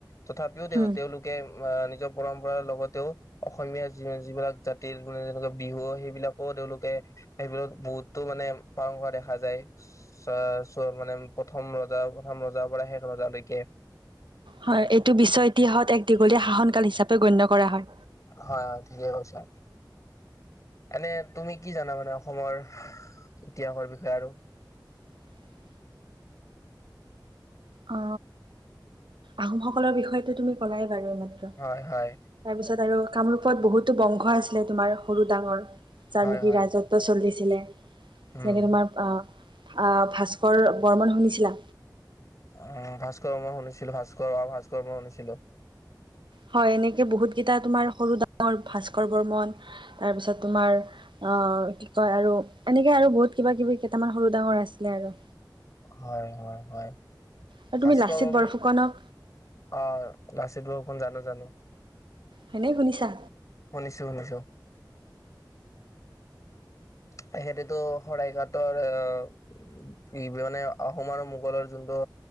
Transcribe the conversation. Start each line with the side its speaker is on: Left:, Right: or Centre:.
Left: তথাপিও তেওঁ
Right: উম
Left: তেওঁলোকে আহ নিজৰ পৰম্পৰা পৰাৰ লগতেও অসমীয়াি যিবিলাক জাতিৰ মানে যেনেকুৱা বিহু সেইবিলাকো তেওঁলোকে সেইবিলত বহুতো মানে পালন কৰা দেখা যায় চ চ' মানে প্ৰথম ৰজা প্ৰথম ৰজাৰ পৰা শেষ ৰজালৈকে
Right: হয় এইটো বিশ্ব ইতিহাসত এক দীঘলীয়া শাসনকাল হিচাপে গণ্য কৰা হয়
Left: হয় থিকে কৈছা এনে তুমি কি জানা মানে অসমৰ ইতিহাসৰ বিষয়ে আৰু
Right: <inaudible> অ আহোমসকলৰ বিষয়তো তুমি কলাই আৰু মাত্ৰ তাৰপিছত
Left: হয় হয়
Right: আৰু কামৰূপত বহুতো বংশ আছিলে তোমাৰ সৰু ডাঙৰ যাৰ
Left: হয়
Right: নেকি
Left: হয়
Right: ৰাজত্ব চলিছিলে তেনেকে
Left: উম
Right: তোমাৰ আহ ভাস্কৰ বৰ্মন শুনিছিলা
Left: উ ভাস্কৰবৰ্মন শুনিছিলো ভাস্কৰ আৰু ভাস্কৰ মই শুনিছিলো
Right: হয় এনেকে বহুত কেইটা তোমাৰ সৰু ডাঙৰ ভাস্কৰ বৰ্মন তাৰ পিছত তোমাৰ কি কয় আৰু এনেকৈ আৰু বহুত কিবা কিবি কেইটামান সৰু ডাঙৰ আছিলে আৰু
Left: হয় হয় হয়
Right: আৰু
Left: ভাস্কৰ
Right: তুমি লাচিত
Left: বৰ্মন
Right: বৰফুকনক
Left: অ লাচিত বৰফুকন জানো জানো
Right: হয়নে শুনিছা
Left: শুনিছো শুনিছো সিহটোতো শৰাইঘাটৰ আহ কি মানে আহোম আৰু মোগলৰ যোনটো